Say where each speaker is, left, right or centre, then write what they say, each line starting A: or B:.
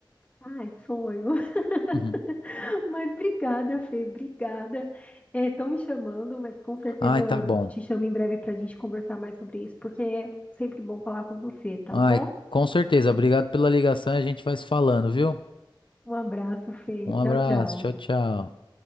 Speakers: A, on the left; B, on the left.
A: Ai, sonho. <laughs>
B: Uhum.
A: Mas obrigada, Fê, obrigada. Estão me chamando, mas com certeza
B: Ai,
A: eu
B: tá bom.
A: te chamo em breve para a gente conversar mais sobre isso, porque é sempre bom falar com você, tá
B: Ai,
A: bom?
B: com certeza. Obrigado pela ligação, a gente vai se falando, viu?
A: Um abraço, Fê.
B: Um
A: Tchau,
B: abraço,
A: tchau.
B: tchau, tchau.